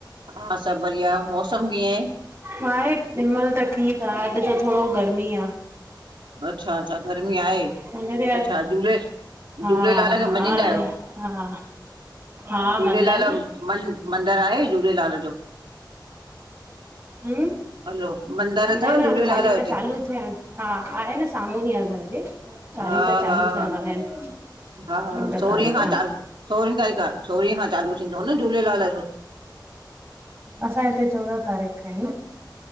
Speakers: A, on the right (about 85°); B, on the right (about 25°).
A: हा सभु बढ़िया मौसम कीअं ऐं?
B: माहे हिनमहिल त ठीकु आ अॼु त थोणो गर्मी आ।
A: अच्छा-अच्छा गर्मी आहे
B: हुन ते
A: अच्छा झूले
B: हा
A: झूलेलाल
B: हा
A: खे मञीदाा
B: अॼु
A: आहियो
B: हा हा
A: झूलेलाल
B: मंदा आहियूं न
A: मन मंदर आहे झूलेलाल जो?
B: हूं
A: हलो
B: मंदर
A: अथव
B: में हाणे
A: झूलेलाल
B: चालीसा
A: जो हुते?
B: चालू थिया आहिन। हा आहे न साम्हूं ई आह घर जे चालीसा
A: हा
B: चालू
A: हा हा
B: थियण वारा आहिनि।
A: हा
B: चोॾहं
A: सोरहीं
B: तारीख़
A: खां चालू, सोरहीं तारीख़ आ सोरहीं खां चालू थींदो न झूलेलाल जो
B: असां हिते चोॾहं तारीख़ खां ई न।